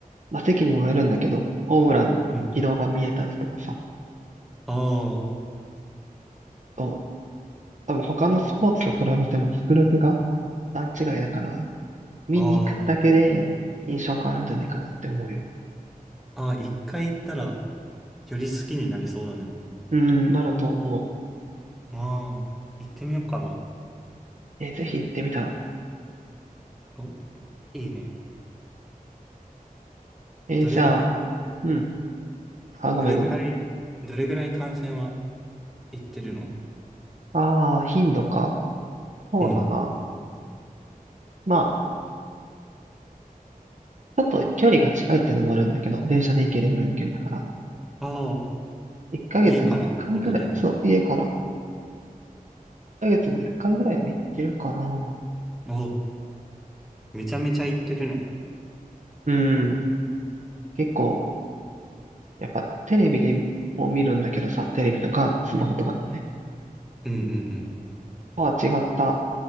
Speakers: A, on the right; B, in the centre.
A: まあ、席にもよるんだけど、ホームランの軌道が見えたりとかさ、
B: うん。あ
A: と多分他のスポーツと比べても迫力が段違いだから、見に行くだけで印象変わるんじゃないかなって思うよ。
B: あ、ああ、ああ、一回行ったら、より好きになりそうだね。
A: うん、なると思
B: ああ、行ってみようかな。
A: う。えーぜひ行ってみたら。
B: お、いいね。
A: えーじゃあ、
B: どれぐらい、
A: うん。あ、ごめんごめん。
B: どれぐらい、どれぐらい観戦は行ってるの
A: ああ、頻度か。そうだな。
B: うん。
A: まあ、ちょっと距離が近いってのもあるんだけど、電車で行けるぐらいの距離だから。
B: ああ。
A: 1ヶ月に1回ぐらい、
B: 家からってことだよね。
A: そう、家から1ヶ月に1回ぐらいは行ってるかな。
B: お、めちゃめちゃ行ってるね。
A: うん。結構、やっぱテレビでも見るんだけどさ、テレビとかスマホとかでもね、
B: うんうんうん。
A: とは違った